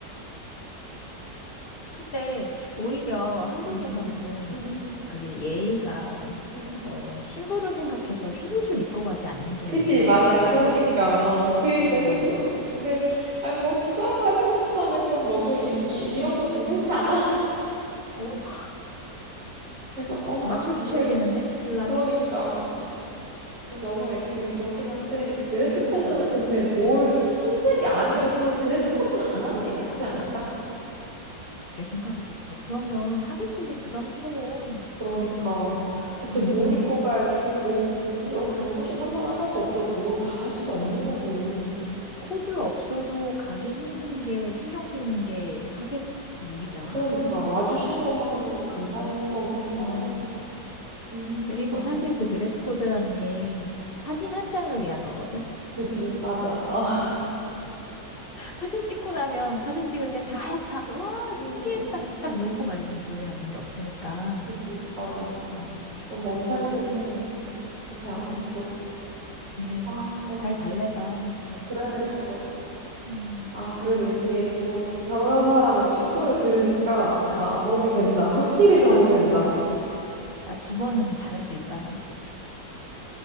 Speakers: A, on the left; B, on the right.
A: 근데 오히려 한국에서는
B: 음. 음,
A: 그게 예의가
B: 음.
A: 어, 신부를 생각해서 흰옷을 입고 가지 않는 게
B: 그지,
A: 예의라
B: 맞아.
A: 그랬단
B: 그러니까,
A: 말이야.
B: 어, 그 얘기도 해줬어.
A: 어,
B: 근데, 아니, 뭐, 특별한 거 해보고 싶다며. 그럼 너도 이, 이, 이런 거 괜찮지 않아? <laughs>
A: 어, <laughs>
B: 그래서, 어,
A: 맞춰주셔야겠는데,
B: 그래?
A: 신랑이?
B: 그러니까. 너무 애드림 그렇긴 한데 드레스 코드는
A: 어,
B: 근데 뭘 흰색이 아니어도 드레스 코드는 안 하는 게 낫지 않을까?
A: 내 생각에도 그래. 그러면 하객들도 부담스러워.
B: 그러니까 대체
A: 음,
B: 뭘 입고 가야지 뭐
A: 그래.
B: 어, 결혼식 한번 하자고 또 뭐 다 살 수도 없는 거고
A: 코드 없어도 가기 힘든 게 신경 쓰이는 게 하객 룩이잖아.
B: 그러니까 와주시는 것만으로도 감사한 거긴 해서
A: 음,
B: 음
A: 그리고
B: 맞아
A: 사실 그 드레스 코드라는 게 사진 한 장을 위한 거거든?
B: 그지 맞아 어.
A: 사진 찍고 나면 사진 찍을 때 다 하얗다. 와,
B: 음,
A: 신기했다.
B: 음, 음, 음,
A: 딱 요거
B: 음.
A: 말고는 기억에 남는 게 없으니까.
B: 그지 맞아
A: 음,
B: 너무 옷차림에는
A: 그래.
B: 그렇게 안 하는 게 좋을 것 같아
A: 근데
B: 아 어
A: 잘 달래봐. 그거.
B: 그래야 되겠어
A: 음.
B: 아, 그래도 이렇게 또 결혼한 사람의 충고를 들으니까, 아,
A: 어,
B: 도움이
A: 어.
B: 된다. 확실히 도움이
A: <laughs>
B: 된다.
A: 나 두 번 하면 잘할 수 있다, 나.